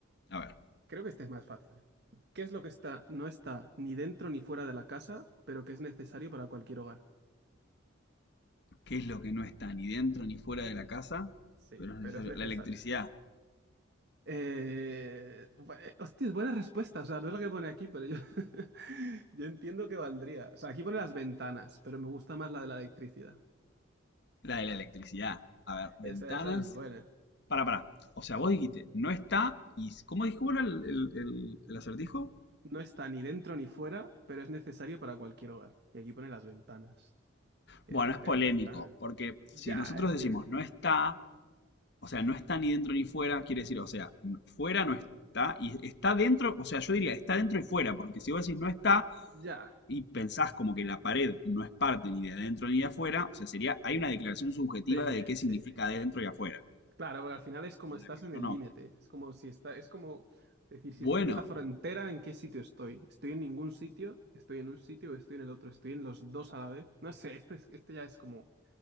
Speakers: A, on the left (about 55°); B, on the right (about 55°).
A: A ver.
B: Creo que este es más fácil. ¿Qué es lo que está, no está ni dentro ni fuera de la casa, pero que es necesario para cualquier hogar?
A: qué es lo que no está ni dentro ni fuera de la casa,
B: Sí,
A: pero es
B: pero
A: necesario.
B: es necesario.
A: La electricidad,
B: Eh, bu- eh, Hostia, es buena respuesta. O sea, no es lo que pone aquí, pero yo, <laughs> yo entiendo que valdría. O sea, aquí pone las ventanas, pero me gusta más la de la electricidad.
A: la de la electricidad. A ver, ventanas.
B: Esa, esa es buena.
A: Para, para. O sea, vos dijiste, no está y... ¿Cómo dijo bueno, el, el- el- el acertijo?
B: No está ni dentro ni fuera, pero es necesario para cualquier hogar. Y aquí pone las ventanas, que
A: Bueno,
B: en
A: es
B: teoría
A: polémico,
B: está...
A: porque si
B: Ya,
A: nosotros
B: es
A: decimos
B: que...
A: no está, o sea, no está ni dentro ni fuera, quiere decir, o sea, no- fuera no está y está dentro, o sea, yo diría está dentro y fuera, porque si vos decís no está,
B: Ya.
A: y pensás como que la pared no es parte ni de adentro ni de afuera, o sea, sería, hay una declaración subjetiva
B: Sí,
A: de qué
B: sí.
A: significa adentro y afuera,
B: Claro, porque al final es como
A: con
B: estás
A: la que
B: en
A: yo
B: el
A: no.
B: límite. Es como si está... Es como decir, si
A: Bueno,
B: estoy en una frontera, ¿en qué sitio estoy? ¿Estoy en ningún sitio? ¿Estoy en un sitio o estoy en el otro? ¿Estoy en los dos a la vez? No sé, este, es- este ya es como